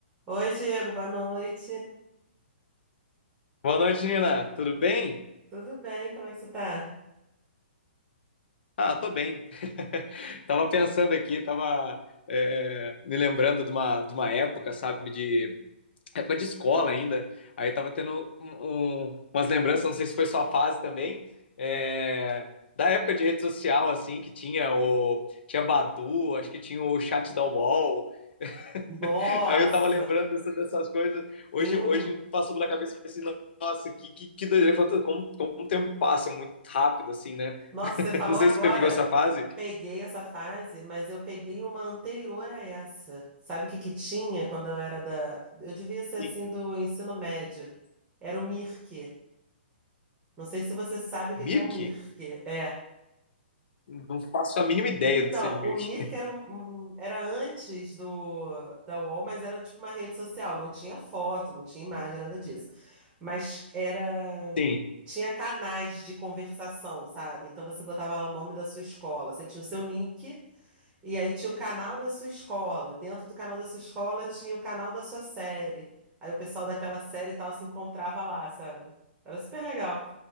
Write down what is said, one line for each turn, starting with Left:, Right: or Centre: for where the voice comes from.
Right: Oi, Diego, boa noite.
Left: Boa noite, Nina. Tudo bem?
Right: Tudo bem? Como é que você tá?
Left: Ah, tô bem. Tava pensando aqui, tava é, me lembrando de uma, de uma época, sabe, de época de escola ainda. Aí tava tendo um- um- umas lembranças, não sei se foi sua fase também, é, da época de rede social, assim, que tinha o tinha Badu, acho que tinha o chat da UOL.
Right: Nossa,
Left: Aí eu tava lembrando dessa- dessas coisas. Hoje,
Right: sim.
Left: hoje passou pela cabeça e falei assim, nossa, que, que, que doideira, quanto- como, como o tempo passa é muito rápido, assim, né?
Right: Nossa,
Left: <laughs>
Right: você falou
Left: Não sei
Right: agora.
Left: se você pegou essa fase.
Right: Eu peguei essa fase, mas eu peguei uma anterior a essa. Sabe o que que tinha quando eu era da. Eu devia ser assim
Left: Sim.
Right: do ensino médio. Era o MIRC. Não sei se você sabe o que
Left: Mirk?
Right: que é o MIRC. É.
Left: Não faço a mínima ideia
Right: Então,
Left: do que seja o
Right: o
Left: Mirk.
Right: Mirk era, um, um- era antes do da UOL, mas era tipo uma rede social, não tinha foto, não tinha imagem, nada disso. Mas era
Left: Sim.
Right: tinha canais de conversação, sabe? Então você botava lá o nome da sua escola, você tinha o seu nick e aí tinha o canal da sua escola. Dentro do canal da sua escola tinha o canal da sua série. Aí o pessoal daquela série e tal se encontrava lá, sabe? Era super legal.